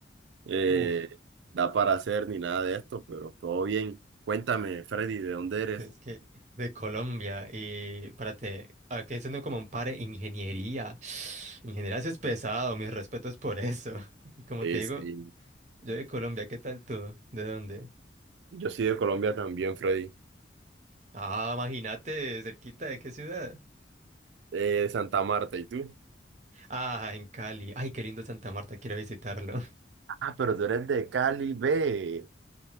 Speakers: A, on the right; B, on the right.
A: eh,
B: Uf,
A: da para hacer ni nada de esto, pero todo bien. Cuéntame, Freddy, ¿de dónde eres?
B: es que de Colombia y párate, aquí haciendo como un par de ingeniería. <sighs> Ingeniería sí es pesado, mis respetos por eso. <laughs> Y como
A: Sí,
B: te digo,
A: sí.
B: yo de Colombia, ¿qué tal tú? ¿De dónde?
A: Yo soy de Colombia también, Freddy.
B: Ah, imagínate, cerquita de qué ciudad.
A: Eh, de Santa Marta, ¿y tú?
B: Ah, en Cali. Ay, qué lindo Santa Marta, quiero visitarlo.
A: Ah, pero tú eres de Cali, ve.